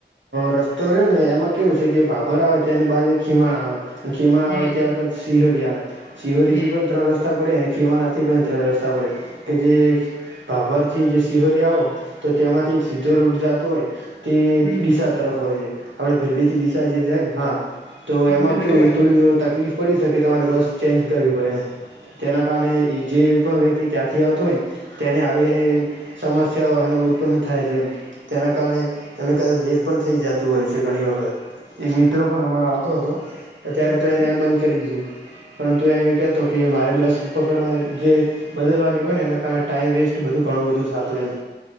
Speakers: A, on the right; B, on the left.
A: રસ્તો રહે્યો ને એમાં કેવું છે કે ભાભર આવે ત્યારની બાજ ખીવાણ આવે અને ખીવાણ
B: હમ
A: આવે ત્યાર પછી સિહોરી આવે, સિહોરીથી
B: હમ
A: પણ ત્રણ રસ રસ્તા પડે અને ખીમાડાથી પણ ત્રણ રસ્તા પડે કે જે બાભરથી જે શિહોરી આવો, તો તેમાંથી એક સીધો રૂટ જતો હોય તે
B: હમ
A: ડીસા તરફ હોય છે, આપણે ભેરડીથી ડીસા જે જાયને હા, તો એમાં
B: પીલડી
A: કેવું
B: વાળી
A: થોડી તકલીફ પડી શકે, તમારે બસ ચેન્જ કરવી પડે, એમ તેના કારણે જે પણ વ્યક્તિ ત્યાંથી આવતો હોય ને તેને આવી એની સમસ્યાનો ઉત્પન્ન થાય છે, એમ. તેના કારણે એને કદાચ લીર પણ થઈ જતું હોય છે, ઘણી વખત એક મિત્ર પણ અમારો આવતો હતો. અત્યારે
B: હમ
A: તો એને બંધ કરી દીધું. પરંતુ એ એ કહેતો કે મારે બસ પકડવા જે બદલવાની હોય ને એના કારણે ટાઈમ વેસ્ટ બધું ઘણું બધું થતું, એમ.